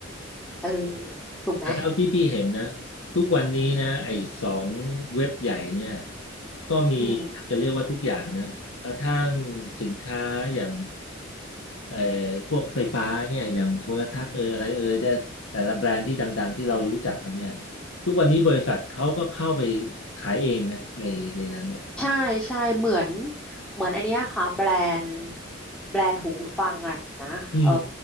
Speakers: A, in the centre; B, on the left.
A: เออถูกไหม
B: แต่เท่าที่พี่เห็นนะทุกวันนี้นะไอ้สองเว็บใหญ่เนี่ยก็มี
A: อืม
B: จะเรียกว่าทุกอย่างนะกระทั่งสินค้าอย่างเอ่อพวกไฟฟ้าเนี่ยอย่างโทรทัศน์เอออะไรเออได้แต่ละแบรนด์ที่ดังๆที่เรารู้จักกันเนี่ยทุกวันนี้บริษัทเขาก็เข้าไปขายเองนะในในนั้นนะ
A: ใช่ใช่เหมือนเหมือนอันเนี้ยค่ะแบรนด์แบรนด์หูฟังอะนะเออ
B: อืม